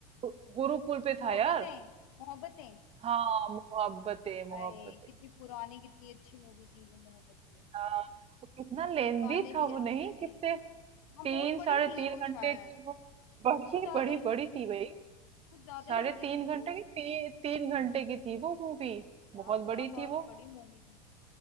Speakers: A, on the right; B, on the left.
A: गुरुकुल पे था
B: मोहब्बतें
A: यार
B: मोहब्बतें
A: हाँ मोहब्बतें मोहब्बतें
B: हाय कितनी पुरानी कितनी अच्छी मूवी थी वो मोहब्बतें
A: हाँ वो कितना लेंदी
B: गाने भी
A: था
B: अच्छे
A: वो नहीं
B: थे
A: कितने
B: हाँ
A: तीन
B: बहुत बड़ी
A: साढ़े
B: थी
A: तीन
B: वो
A: घंटे
B: शायद
A: की वो बड़ी
B: वो ज्यादा
A: बड़ी बड़ी थी भाई
B: वो ज्यादा
A: साढ़े
B: ही बड़ी
A: तीन
B: थी वो
A: घंटे की ती, तीन घंटे की थी वो मूवी
B: क्या
A: बहुत
B: पता
A: बड़ी
B: बहुत
A: थी वो
B: बड़ी मूवी थी वो